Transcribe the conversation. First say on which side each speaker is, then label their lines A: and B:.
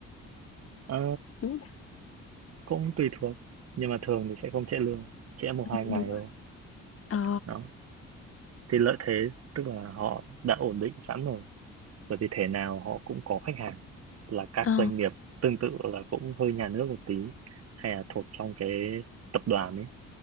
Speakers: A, on the right (about 55°); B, on the left (about 50°).
A: ờ,
B: đúng không?
A: cũng tùy thuộc nhưng mà thường thì sẽ không trễ lương trễ một
B: Ừ,
A: hai ngày
B: đúng rồi
A: thôi
B: ờ
A: đó thì lợi thế tức là họ đã ổn định sẵn rồi bởi vì thế nào họ cũng có khách hàng là các
B: ờ
A: doanh nghiệp tương tự là cũng hơi nhà nước một tí hay là thuộc trong cái tập đoàn ấy